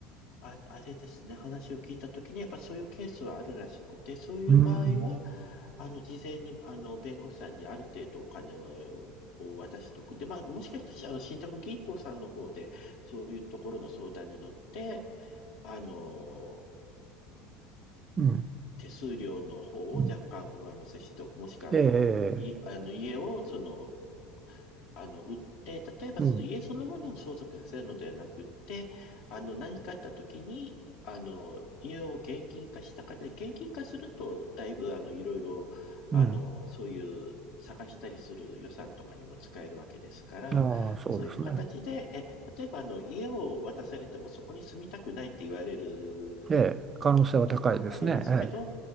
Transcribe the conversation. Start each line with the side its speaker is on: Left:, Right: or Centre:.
Left: あ、あれですね、話を聞いたときに、やっぱそういうケースはあるらしくて、そういう場合は、
Right: うん、
Left: あの、事前に、あの、弁護士さんにある程度お金を、を渡しとく。で、まあ、もしかしたら、あの、信託銀行さんの方で、そういうところの相談に乗って、あの、
Right: うん、
Left: 手数料の方を若干上乗せしておく。
Right: うん。
Left: もしくは、
Right: え
Left: あの、い、
Right: え、
Left: あの、家を、その、あの、売って、例えばその家そのものを相続させるのではなくって、
Right: うん、
Left: あの、何かあった時に、あの、家を現金化した方で、現金化すると、だいぶ、あの、いろいろ、あの、
Right: うん。
Left: そういう探したりする予算とかにも使えるわけですから、
Right: ああ、そうですね。
Left: そういう形で、え、例えば、あの、家を渡されてもそこに住みたくないって言われる
Right: ええ、可能性は高いですね。
Left: こともありますけど、
Right: ええ、